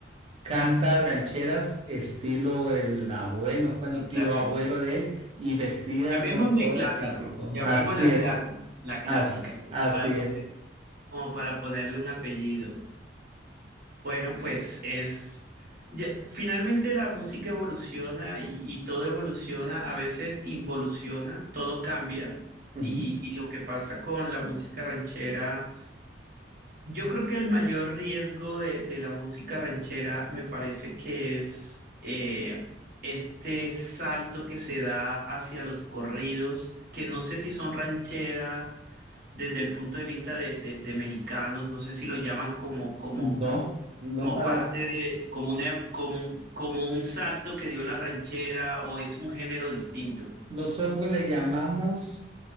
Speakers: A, on the right (about 35°); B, on the right (about 55°).
A: canta rancheras estilo el abuelo, bueno,
B: El clásico.
A: tío abuelo de él, y vestida
B: Llamémosle
A: con todo
B: clásico.
A: lo clásico.
B: Llamémosla
A: Así es,
B: clásico. La
A: as-
B: clásica, como
A: así
B: para poner,
A: es.
B: como para ponerle un apellido. Bueno, pues es. ya- finalmente la música evoluciona y, y todo evoluciona, a veces involuciona, todo cambia.
A: Ujú.
B: Y, y lo que pasa con la música ranchera. Yo creo que el mayor riesgo de, de la música ranchera me parece que es eh, este salto que se da hacia los corridos, que no sé si son ranchera desde el punto de vista de, de- de mexicanos, no sé si lo llaman como, como,
A: No, no
B: como
A: para
B: parte de, como una- como, un- como un salto que dio la ranchera o es un género distinto,
A: nosotros le llamamos,